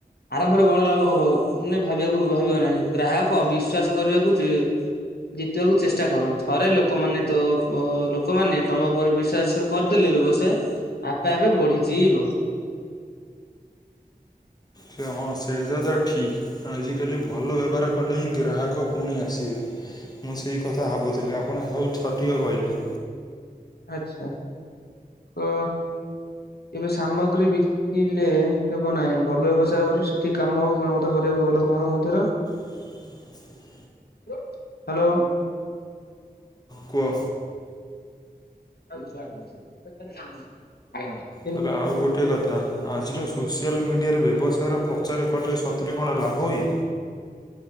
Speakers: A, on the left; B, on the left.
A: ଆରମ୍ଭରେ ବଡ଼ ଲାଭ ମ ଭାବିବାକୁ ଭାବିବ ନାହିଁ, ଗ୍ରାହକ ବିଶ୍ଵାସ କରିବାକୁ ଯେ ଜିତିବାକୁ ଚେଷ୍ଟା କର ଥରେ ଲୋକମାନେ ତ ଲୋକମାନେ ତମ ଉପରେ ବିଶ୍ବାସ କରିଦେଲେ ବ୍ୟବସାୟ ଆପେ ଆପେ ବଢିଯିବ।
B: ସେ ହଁ ସେଇଟା ତ ଠିକ୍ ଆଜିକାଲି ଭଲ ବ୍ୟବହାର କଲେ ହିଁ ଗ୍ରାହକ ପୁଣି ଆସିବେ। ମୁଁ ସେଇ କଥା ଭାବୁଥିଲି ଆପଣ ସବୁ ସଠିକ୍ କହିଲେ।
A: ଆଚ୍ଛା ଅ ଏବେ ସାମଗ୍ରୀ ବିକିଲେ ହେବ ନାହିଁ ଭଲ ବ୍ୟବସାୟ କରି ସେଠି କାମ ଗୁଣ ମତ କର ଲୋକ ମଙ୍କ ମଧ୍ୟରେ
B: <inaudible>
A: ହ୍ୟାଲୋ!
B: କୁଅ!
A: ହ୍ୟାଲ!
B: ତାହେଲେ ଆଉ ଗୋଟିଏ କଥା ଆଜିର ସୋସିଆଲ ମିଡ଼ିଆରେ ବ୍ୟବସାୟର ପ୍ରଚାର କଲେ ସତ ସତରେ
A: ନିଶ୍ଚୟ
B: କଣ ଲାଭ ହୁଏ?